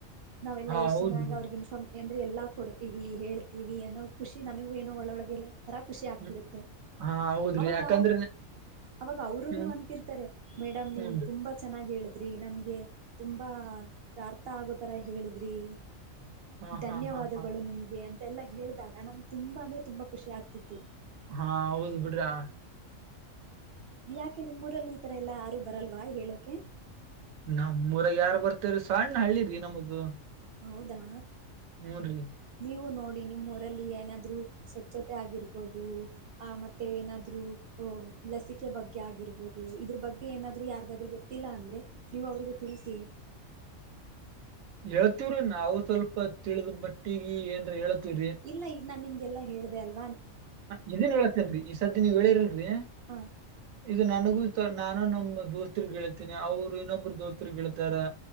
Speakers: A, on the right; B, on the right.
A: ನಾವೆಲ್ಲ
B: ಹಾ
A: ಎಷ್ಟ್
B: ಹೌದ್ರಿ
A: ಚನ್ನಾಗ್ ಅವ್ರಗ್ ಇನ್ಫಾರ್ಮ್ ಏನ್ರೀ ಎಲ್ಲಾ ಕೊಡ್ತೀವಿ ಹೇಳ್ತೀವಿ ಅನ್ನೋ ಖುಷಿ ನನ್ಗೂ ಏನೋ ಒಳೊಳ್ಗೆಲ್ಲ. ತರಾ ಖುಷಿ ಆಗ್ತಿರುತ್ತೆ
B: ಹ್ಮ್ ಹಾ ಹೌದ್ರಿ
A: ಅವಾಗ
B: ಯಾಕಂದ್ರೆ ನೆ-
A: ಅವಾಗ ಅವ್ರುನು
B: ಹ್ಮ್
A: ಅಂತಿರ್ತಾರೆ ಮೇಡಮ್ ನೀವು
B: ಹ್ಞೂನ್ರಿ
A: ತುಂಬಾ ಚೆನ್ನಾಗಿ ಹೇಳ್ದ್ ದ್ರಿ ನಮ್ಗೆ. ತುಂಬಾ ಅರ್ಥ ಆಗೋತಾರ ಹೇಳುದ್ರಿ.
B: ಹಾ
A: ಧನ್ಯವಾದಗಳು
B: ಹಾ ಹಾ ಹಾ
A: ನಿಮ್ಗೆ ಅ ತೆಲ್ಲ ಹೇಳ್ದಾಗ ನಮ್ಗ ತುಂಬಾ ಅಂದ್ರೆ ತುಂಬಾ ಖುಷಿ ಆಗ್ತಿತ್ತು.
B: ಹಾ ಹೌದ್ ಬಿಡ್ರಾ ಅ.
A: ನೀ ಯಾಕೆ ನಿಮ್ ಊರಲ್ಲಿ ಈ ತರ ಎಲ್ಲಾ ಯಾರು ಬರಲ್ವಾ ಹೇಳೋಕೆ.
B: ನಮ್ಮೂರಗ್ ಯಾರ್ ಬರ್ತಾರ್ರಿ ಸಣ್ ಹಳ್ಳಿರಿ ನಮ್ದು.
A: ಹೌದಾ.
B: ಹು ರಿ.
A: ನೀವು ನೋಡಿ ನಿಮ್ಮ್ ಊರಲ್ಲಿ ಏನಾದ್ರು ಸ್ವಚ್ಛತೆ ಆಗಿರ್ಬೋದು ಆ ಮತ್ತೆ ಏನಾದ್ರು ಅಹ ಲಸಿಕೆ ಬಗ್ಗೆ ಆಗಿರ್ಬೋದು ಇದ್ರ ಬಗ್ಗೆ ಏನಾದ್ರು ಯಾರಿಗಾದ್ರು ಗೊತ್ತಿಲ್ಲ ಅಂದ್ರೆ ನೀವ್ ಅವ್ರಿಗೆ ತಿಳ್ಸಿ.
B: ಹೇಳ್ತೀವ್ರೀ ನಾವು ಸ್ವಲ್ಪ ತಿಳಿದ್ ಮಟ್ಟಿಗಿ ಏನ್ ಹೇಳ್ತಿವ್ ರೀ.
A: ಇಲ್ಲ ಈಗ ನಾನ್ ನಿಮ್ಗೆಲ್ಲೆ ಹೇಳ್ದೆ ಅಲ್
B: ಹ ಇದೇನ್ ಹೇಳತೇನ್ ರೀ ಇಶ್ ಸದ್ಯ ನೀವು ಹೇಳಿಲ್ರರಿ
A: ಹ
B: ಇದು ನನಗೂ ನಾನು ನಮ್ ದೋಸ್ತ್ರಿಗೆ ಹೇಳ್ತಾರಾ ಅವರು ಇನ್ನೊಬ್ಬರು ದೋಸ್ತ್ರು ಹೇಳ್ತಾರಾ